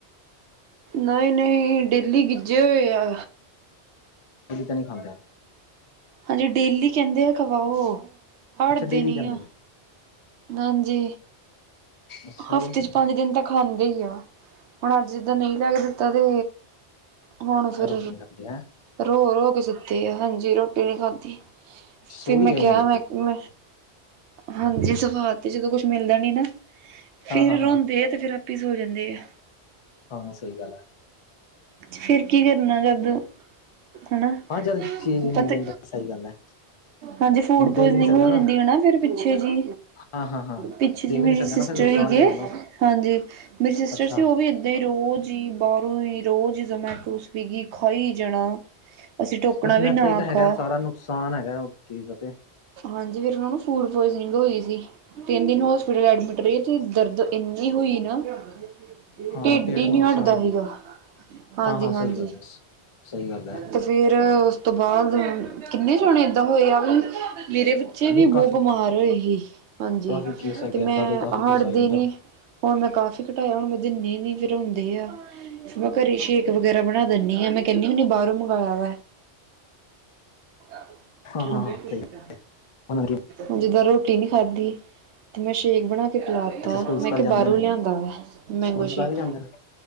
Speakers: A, on the right; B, on the left.
A: ਨਹੀਂ ਨਹੀਂ ਡੇਲੀ ਗਿੱਜੇ ਹੋਏ ਆ
B: ਉਹਜ ਤਾਂ ਨਹੀਂੀ ਖਾਂਦੇ
A: ਹਾਂਜੀ ਡੇਲੀ ਕਹਿੰਦੇ ਆ ਖਵਾਓ ਹਰ
B: ਅੱਛਾ ਡੇਲੀ
A: ਦੇਨ
B: ਖਾਂਦੇ
A: ਆ
B: ਨੇ
A: ਹਾਂਜੀ।
B: ਅੱਛਾ
A: ਹਫ਼ਤੇ
B: ਜੀ
A: ਚ ਪੰਜ ਦਿਨ ਤੱਕ ਖਾਂਦੇ ਹੀ ਆ। ਹੁਣ ਅੱਜ ਜਿੱਦਾਂ ਨਈ ਲੈ ਕੇ ਦਿੱਤਾ ਤੇ ਹੁਣ ਫੇਰ
B: ਰੋਟੀ ਨਹੀਂ ਖਾਂਦੇ ਹੈ
A: ਰੋ ਰੋ ਕੇ ਸੁੱਤੇ ਆ। ਹਾਂਜੀ ਰੋਟੀ ਨੀ ਖਾਧੀ।
B: ਸੋ
A: ਫਿ ਮੈਂ
B: ਵੀ ਗਏ ਇੰਨੀ
A: ਕਿਹਾ
B: ਜਲਦੀ
A: ਮੈਂ ਮੈਂ ਹਾਂਜੀ। ਸਵਾਦ ਤੇ ਜਦੋਂ ਕੁਛ ਮਿਲਦਾ ਨੀ ਨਾ
B: ਹਾਂ
A: ਫੇਰ
B: ਹਾਂ ਹਾਂ
A: ਰੋਂਦੇ ਆ ਤੇ ਫੇਰ ਆਪਾਂ ਵਪਿਸ ਹੋ ਜਾਂਦੇ ਆ਼
B: ਹਾਂ ਸਹੀ ਗੱਲ ਹੈ।
A: ਫੇਰ ਕੀ ਕਰਨਾ ਜਦ ਹਨਾ
B: ਹਾਂ ਜਦ ਚੀਜ਼
A: ਪਤਾ
B: ਮਿਲ ਜਾਂਦਾ ਸਹੀ ਗੱਲ ਹੈ
A: ਹਾਂਜੀ ਫੂਡ
B: ਹੁਣ ਦੇ
A: ਪੋਇਜਨਿੰਗ
B: ਵੀ ਨਹੀਂ ਸਕਦਾ
A: ਹੋ ਜਾਂਦੀ ਹੈ ਨਾ ਫੇਰ ਪਿੱਛੇ ਜੀ।
B: ਹਾਂ ਹਾਂ ਹਾਂ
A: ਪਿੱਛੇ
B: ਦੇ
A: ਜੀ
B: ਵੀ
A: ਮੇਰੀ
B: ਨਹੀਂ ਸਕਦਾ
A: ਸਿਸਟਰ
B: ਨਾ ਫਿਰ ਨੁਕਸਾਨ
A: ਹੀਗੇ
B: ਹੀ ਹੈਗਾ ਨਾ
A: ਹਾਂਜੀ ਮੇਰੀ ਸਿਸਟਰ
B: ਅੱਛਾ
A: ਸੀ ਓ ਵੀ ਏਦਾਂ ਈ ਰੋਜ਼ ਈ ਬਾਹਰੋਂ ਈ ਰੋਜ਼ ਜਮੈਟੋ ਸਵੀਗੀ ਖਾਈ ਜਾਣਾ। ਅਸੀ ਟੋਕਣਾ
B: ਬਸ
A: ਵੀ
B: ਮੈਦਾ
A: ਨਾ
B: ਹੀ ਤਾਂ ਹੈਗਾ
A: ਖਾਓ
B: ਸਾਰਾ ਨੁਕਸਾਨ ਹੈਗਾ ਐ ਓਸ ਚੀਜ਼ ਦਾ ਤੇ।
A: ਹਾਂਜੀ ਫੈਰ ਔਨਾਂ ਨੂੰ ਫੂਡ ਪੁਆਇਜਨਿੰਗ ਹੋਈ ਸੀ ਤਿੰਨ ਦਿਨ ਹੋਸਪਿਟਲ ਐਡਮਿਟ ਰਹੇ ਤੇ ਦਰਦ ਇੰਨੀ ਹੋਈ ਨਾ ਟੀਡ
B: ਹਾਂ ਪੇਟ
A: ਹੀ ਈ
B: ਨੂੰ
A: ਨੀ
B: ਨੁਕਸਾਨ
A: ਹਟਦਾ
B: ਹੈ
A: ਸੀਗਾ। ਹਾਂਜੀ
B: ਹਾਂ-ਹਾਂ ਸਹੀ
A: ਹਾਂਜੀ।
B: ਗੱਲ ਐ, ਸਹੀ ਗੱਲ ਐ
A: ਤੇ ਫੇਰ। ਰ ਓਸ ਤੋਂ ਬਾਅਦ ਕਿੰਨੇ ਜਾਣੇ ਏਦਾਂ ਹੋਏ ਆ ਵੀ ਮੇਰੇ ਬੱਚੇ ਵੀ
B: ਨਹੀਂ ਕਾਫੀ
A: ਬੋਤ ਬਮਾਰ ਹੋਏ ਹੀ। ਹਾਂਜੀ।
B: ਕਾਫੀ ਕੇਸ ਹੈਗੇ
A: ਤੇ ਮੈਂ
B: ਏਦਾਂ ਦੇ ਕਾਫੀ ਕੇਸ
A: ਹਟਦੀ
B: ਆ ਜਾਂਦੇ
A: ਨੀ।
B: ਨੇ
A: ਹੁਣ ਮੈਂ ਕਾਫੀ ਘਟਾਇਆ ਹੁਣ ਮੈਂ ਦਿੰਨੀ ਨੀ ਫੇਰ ਰੁੰਦੇ ਆ। ਫੇਰ ਮੈਂ ਘਰੇ ਸ਼ੇਕ ਵਗੈਰਾ ਬਣਾ ਦਿੰਨੀ ਆ ਮੈਂ ਕਹਿੰਨੀ ਹੁਨੀ ਬਾਹਰੋਂ ਮੰਗਵਾਇਆ ਵਾ। <unintelligible>
B: ਹਾਂ-ਹਾਂ-ਹਾਂ ਸਹੀ ਉਹਨਾਂ ਨੇ
A: ਹੁਣ ਜਿੱਦਾਂ ਰੋਟੀ ਨੀ ਖਾਧੀ ਤੇ ਮੈਂ ਸ਼ੇਕ ਬਣਾ ਤੇ ਪਲਾਤਾ।
B: ਅੱਛਾ ਸਕੂਲ
A: ਮੈਂ
B: ਸਕਾਲ
A: ਕਿਹਾ
B: ਜਾਂਦੇ
A: ਬਾਹਰੋਂ
B: ਨੇ
A: ਲਿਆਂਦਾ ਵਾ। ਮੈਂਗੋ
B: ਸਕੂਲ ਸਕਾਲ
A: ਸ਼ੇਕ।
B: ਵੀ ਜਾਂਦੇ ਨੇ